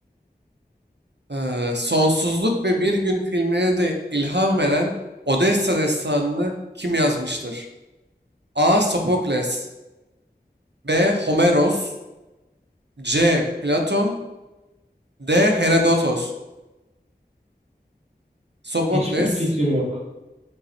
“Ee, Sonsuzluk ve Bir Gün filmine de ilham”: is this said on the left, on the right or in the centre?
Right